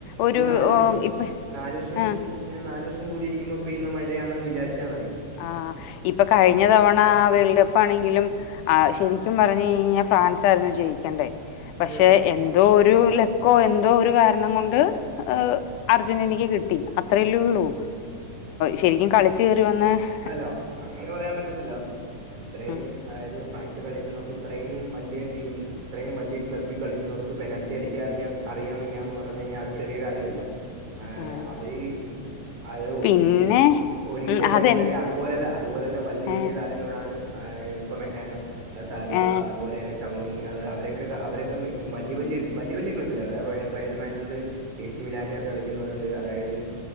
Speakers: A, on the left; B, on the right.
A: ഒരു
B: ഇനി നാല് വർഷം
A: ഇപ്പ
B: നാല് വർഷം <unintelligible>
A: ആ
B: ന്നാ നാല് വർം കൂടിയിരിക്കുമ്പോ പെയ്യുന്ന മഴയാണെന്ന്ങ് വിചാരിച്ചൽ മതി
A: ആ ഇപ്പൊ കഴിഞ്ഞ തവണ വേൾഡ് കപ്പ് ആണെങ്കിലും ആ ശരിക്കും പറഞ്ഞഞ് കഴഞ്ഞാൽ ഫ്രാൻസ്ായിരുന്നു ജയിക്കണ്ടേ പക്ഷെ
B: ഉം
A: എ എന്തൊരു ലക്കോ എന്തോ ഒരു കാരണം കൊണ്ട് ഹ് അർജന്റീനക്ക് കിട്ടി അത്രല്ലേള്ളൂ ശരിക്കും കളിച്ച കയറി വന്ന്
B: അല്ലാ അങ്ങനെ പറയാൻ പറ്റത്തില്ല ഇത്രയും
A: ഉം
B: അതായത് ഫ്രാൻസ് കളിക്കുന്നവർക്ക് ഇത്രയും വലിയ ടീം ഇത്രയും വലിയ ക്ലബ്ബിൽ കളിക്കുന്നർക്ക് പെനൽറ്റി അടിക്കാ അറിയാ അറിയാമയ്യ എന്ന് പറഞ്ഞു കഴിഞ്ഞാൽ അത് ചെറിയ കാര്യമല്ല ആ
A: ഉം
B: അവര് അത് ഒലീസ്
A: പിന്നെ
B: ഒലീസ
A: ഉം
B: ഡെമ്പല്
A: അതെൻ
B: അതുപോലുള്ള അതുപോലെയുള്ള വല്ല്യവല്ല്യതാരങ്ങളാണ്
A: ഏഹ്
B: ആഹ് ഇപ്പ മെക്കാനോ സാലിബ
A: ഏഹ്
B: അതുപോലെ തന്നെ ചൗമിനി അത് അവരൊക്കെ അവരൊക്കെ വല്ല്യ വല്ല്യ വല്ല്യ വല്ല്യാ ക്ലബ്ബിലാ അതായത് റയ ട്രയൽമാന്റ്റ് എസിമിലാനിനക കളിക്കുന്നവരുണ്ട് അതായത്